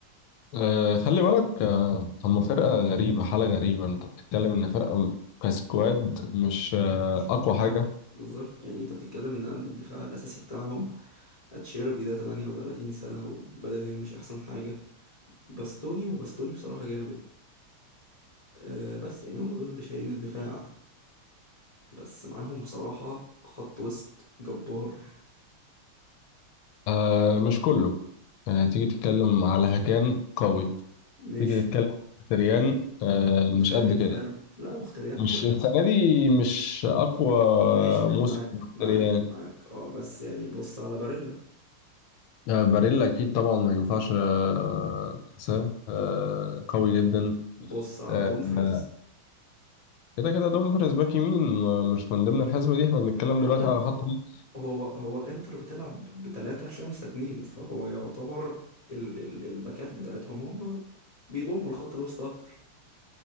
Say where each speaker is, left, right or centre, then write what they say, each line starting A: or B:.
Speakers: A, on the left; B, on the left.
A: آه، خلي بالك آه، هم فرقة غريبة حالة غريبة انت بتتكلم ان فرقة كسكواد مش آه،
B: مش
A: أقوى
B: أقوى
A: حاجة
B: حاجة بالظبط يعني أنت بتتكلم إن قلب الدفاع الأساسي بتاعهم أتشيربي ده 38 سنة وبدنيا مش أحسن حاجة باستوني وباستوني بصراحة جامد أه بس يعني هم دول اللي شايلين الدفاع بس معاهم بصراحة خط وسط جبار
A: آه، مش كله آه، تيجي تتكلم على هكان قوي
B: ماشي
A: تيجي نتكلم عن مختريان آه
B: مختريان
A: مش قد كده
B: حلو لا مختريان
A: مش
B: كويس
A: السنة دي مش أقوى
B: ماشي يعني
A: موسم
B: معاك
A: مختريان
B: معاك معاك اه بس يعني بص على باريلا
A: آه باريلا أكيد طبعا ما ينفعش آه، أنساه آه قوي جدا
B: بص على
A: آه،
B: دومفريز
A: آه، كده كده دومفريز باك يمين ما- مش من ضمن الحسبة دي احنا بنتكلم
B: يعني
A: دلوقتي
B: هو
A: على خط الوسط
B: هو هو انتر بتلعب بتلاتة خمسة اتنين فهو يعتبر ال ال الباكات بتاعتهم هم بيضموا الخط الوسط اكتر